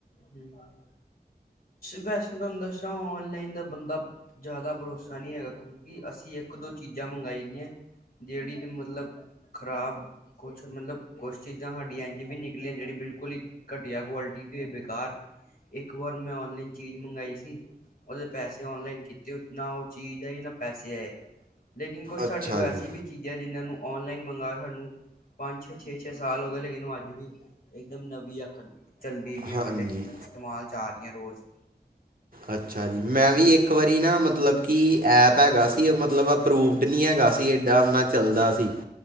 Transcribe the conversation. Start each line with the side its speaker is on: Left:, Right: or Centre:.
Left: ਹੂੰ ਵੈਸੇ ਤੁਹਾਨੂੰ ਦੱਸਿਆ ਔਨਲਾਈਨ ਦਾ ਬੰਦਾ ਜ਼ਿਆਦਾ ਭਰੋਸਾ ਨਹੀਂ ਹੈਗਾ ਕਿਉਂਕਿ ਅਸੀਂ ਇੱਕ ਦੋ ਚੀਜ਼ਾਂ ਮੰਗਾਈ ਦੀਆਂ ਜਿਹੜੀ ਤੇ ਮਤਲਬ ਖ਼ਰਾਬ ਕੁਛ ਮਤਲਬ ਕੁਛ ਚੀਜ਼ਾਂ ਸਾਡੀ ਇੰਜ ਵੀ ਨ। ਜਿਹੜੀ ਬਿਲਕੁਲ ਘਟੀਆ ਕੁਆਲਿਟੀ ਦੀ ਬੇਕਾਰ ਇੱਕ ਵਾਰ ਮੈਂ ਨਲਾਈਨ ਚੀਜ਼ ਮੰਗਈ ਸੀ ਉਹਦੇ ਪੈਸੇ ਨਲਾਈਨ ਕੀਤੇ ਨਾ ਉਹ ਚੀਜ਼ ਆਈ ਨਾ ਪੈਸੇ ਆਏ। ਲੇਕਿਨ ਕੁਛ
Right: ਅੱਛਾ
Left: ਸਾਡੇ ਕੋਲ
Right: ਜੀ
Left: ਐਸੀ ਵੀ ਚੀਜ਼ ਹੈ ਜਿਹਨ੍ਹਾਂ ਨੂੰ, ਔਨਲਾਈਨ ਮੰਗਵਾ ਸਾਨੂੰ ਪੰਜ ਛੇ ਛੇ ਛੇ ਸਾਲ ਹੋ ਗਏ ਲੇਕਿਨ ਅੱਜ ਵੀ, ਇੱਕਦਮ ਨਵੀ ਆ ਚਲਦੀ ਪ
Right: ਹਾਂਜੀ
Left: ਆ ਸਾਡੇ ਇਸਤੇਮਾਲ ' ਆ ਰਹੀ ਹ ਰੋਜ਼। ਠ
Right: ਅੱਛਾ ਜੀ! ਮੈਂ ਵੀ ਇੱਕ ਵਾਰੀ ਨਾ ਮਤਲਬ ਕਿ ਐਪ ਹੈਗਾ ਸੀ। ਮਤਲਬ ਅਰੂਵਡ ਨਹੀਂ ਹੈਗਾਸੀ। <inaudible> ਚੱਲਦਾ ਸੀ